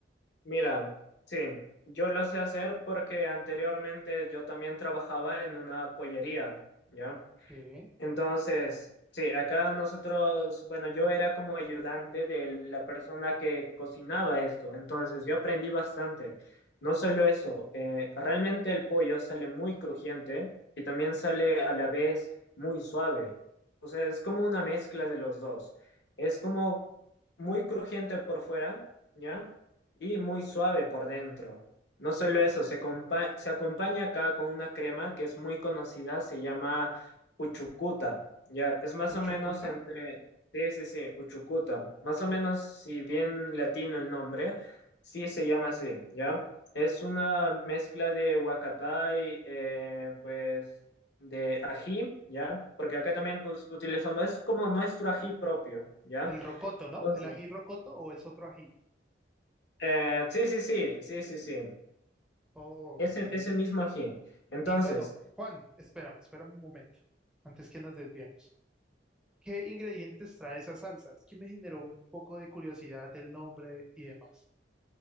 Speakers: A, on the left (about 70°); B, in the centre.
A: Mira, sí, yo lo sé hacer porque anteriormente yo también trabajaba en una pollería, ¿ya?
B: Sí.
A: Entonces, sí, acá nosotros, bueno, yo era como ayudante de la persona que cocinaba esto, entonces yo aprendí bastante. No solo eso, eh, realmente el pollo sale muy crujiente y también sale a la vez muy suave. O sea, es como una mezcla de los dos. Es como muy crujiente por fuera, ¿ya? Y muy suave por dentro. No solo eso,
B: O-
A: se, compa- se acompaña acá con una crema que es muy conocida, se llama Uchucuta, ya, es más
B: Uchucuta,
A: o menos entre, sí, sí, sí, Uchucuta, más o menos, si bien latino el nombre, sí se llama así, ya, es una mezcla de huacatay, eh, pues, de ají, ya, porque acá también us- utilizamos, es como nuestro ají propio, ya,
B: el rocoto, ¿no?
A: entonces,
B: ¿El ají rocoto o es otro ají?
A: eh, sí, sí, sí, sí, sí, sí,
B: Ok.
A: ese, ese mismo ají, entonces,
B: Y bueno, Juan, espérame, espérame un momento, antes que nos desviemos. ¿Qué ingredientes trae esa salsa? Es que me generó un poco de curiosidad el nombre y demás.